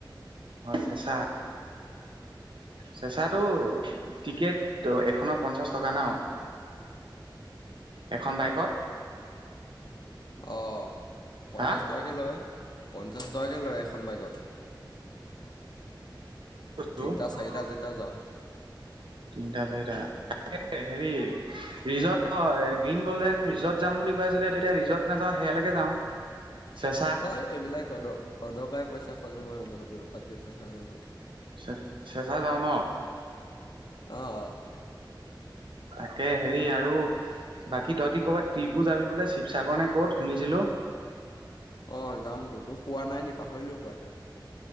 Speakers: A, on the right; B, on the left.
A: অ' চেঁচা। চেঁচাটো টিকেট এখনত পঞ্চাশ টকা ন। এখন বাইকত
B: অ' পঞ্চাছ
A: হা
B: টকাকৈ লয় পঞ্চাছ টকাকে লয় এখন বাইকত। তিনিটা
A: তিনিটা
B: চাৰিটা যেতিয়া যাওঁ।
A: চাৰিটা তাকে হেৰি ৰিজৰ্ট হয় গ্ৰীণ গল্ডেন ৰিজৰ্ট যাম বুলি কৈ আছিলে, তেতিয়া ৰিজৰ্ট নাযাওঁ সেয়ালৈকে যাওঁ চেচা?
B: হয় এইবিলাক অদক অদকাৰি পইচা খৰচ হ'ব সেইবাকত গ'লে তাত কে চেঁচা যোৱাই ভাল।
A: চে চেচা যাওঁ ন?
B: অ' অ'।
A: তাকে হেৰি আৰু বাকী তহ'তি ক'বাত ট্ৰিপো যাবি বোলে শিৱসাগৰ নে ক'ত শুনিছিলো?
B: অঁ যামতো তোক কোৱা নাই নি, পাহৰিলি হ'বপাই তই।